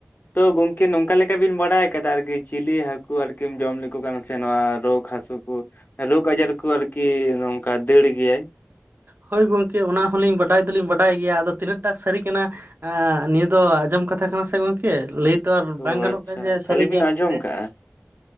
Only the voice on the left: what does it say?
ᱛᱚ ᱜᱚᱢᱠᱮ ᱱᱚᱝᱠᱟ ᱞᱮᱠᱟ ᱵᱤᱱ ᱵᱟᱲᱟᱭ ᱟᱠᱟᱫᱟ ᱟᱨ ᱠᱤ ᱪᱤᱞᱤ ᱦᱟᱹᱠᱩ ᱟᱨᱠᱤᱢ ᱡᱚᱢ ᱞᱮᱠᱚ ᱠᱷᱟᱱ ᱥᱮ ᱱᱚᱣᱟ ᱨᱳᱜᱽ ᱦᱟᱹᱥᱩ ᱠᱚᱼᱼ ᱨᱳᱜᱽ ᱟᱡᱟᱨ ᱠᱚ ᱟᱨᱠᱤ ᱱᱚᱝᱠᱟ ᱫᱟᱹᱲ ᱜᱮᱭᱟᱭ᱾
ᱚ
ᱟᱪᱪᱷᱟ
ᱠᱷᱟᱹᱞᱤ
ᱵᱤᱱ ᱟᱸᱡᱚᱢ
ᱠᱟᱜᱼᱟ